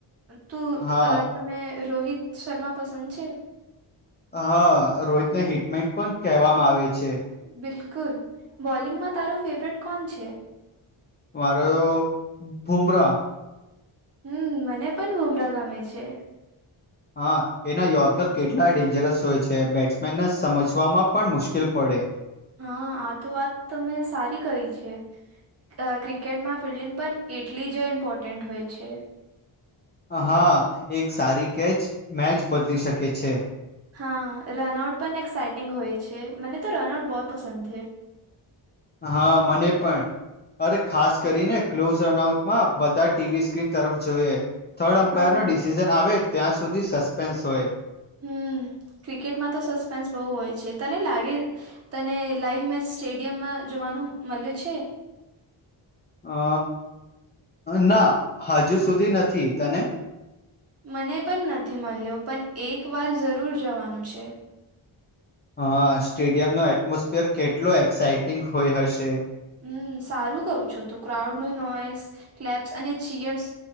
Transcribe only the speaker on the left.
હા
હા રોહિતને હિટમેન પણ કહેવામાં આવે છે.
મારો બૂમરાહ
હા એના યોર્કર કેટલા ડેન્જરસ હોય છે. બેટ્સમેનને સમજવામાં પણ મુશ્કેલ પડે
હા એક સારી કેચ મેચ બદલી શકે છે.
હા મને પણ અરે ખાસ કરીને ક્લોઝ રનઆઉટમાં બધા ટીવી સ્ક્રીન તરફ જોઈએ થર્ડ એમ્પાયરનો
ડિસિઝન આવે ત્યાં સુધી સસ્પેન્સ હોય
અ ના હજુ સુધી નથી તને
હા સ્ટેડિયમ નો એટમોસફિયર કેટલો એક્સાાઈટિંગ હોય હશે